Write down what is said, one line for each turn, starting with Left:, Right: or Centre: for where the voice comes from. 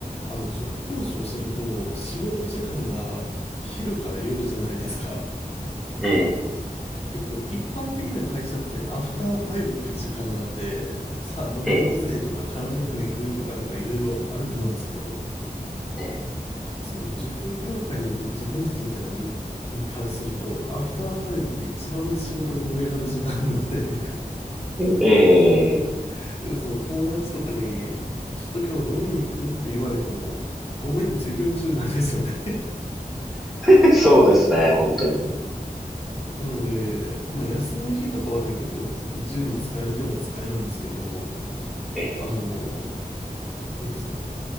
Left: あの、塾講師をしてると、仕事時間が昼から夜じゃないですか。
Centre: ええ、
Left: で、こう、一般的な会社って、アフターファイブっていう時間があって、さあ飲みに行くぜとか、
Centre: ええ、
Left: カラオケでも行くとか、なんかいろいろあると思うんですけど、
Centre: え
Left: その、塾業界にいる自分たちみたいな身からすると、アフターファイブって一番仕事が盛り上がる時間なんで、<laughs>
Centre: ええ
Left: だからその、友達とかに、ちょっと今日飲みに行くって言われても、ごめん、授業中なんですよね。
Centre: え、<laughs> そうですね、本当に。
Left: なので、まあ、休みの日とかはね、結構自由に使えるといえば使えるんですけど、
Centre: え、え
Left: あの、なんかその、